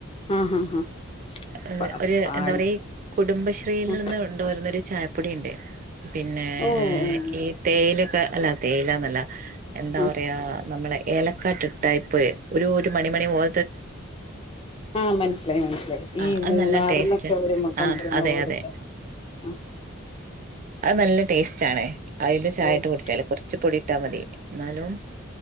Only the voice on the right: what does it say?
ഏഹ്
ഒര്
എന്താ പറയി കുടുംബശ്രീയിൽ
നിന്ന് കൊണ്ട് വെരു ന്നൊരു ചായപ്പൊടി ഇണ്ട്. പിന്നെ
ഈ തേയിലൊക്കെ അല്ല തേയിലൊന്നല്ല എന്താ
പറയാ നമ്മളെ ഏലക്കാട്ട് ടൈപ്പ് ഒരു ഒരു മണി മണി പോ
ആ
അത്
നല്ല ടേസ്റ്റ്
ആ അതെ
അതെ
അത് നല്ല ടേസ്റ്റ് ആണ് അതില് ചായിട്ട്
കുടിച്ചാല് കുറച്ച് പൊടി ട്ടാ മതി എന്നാലും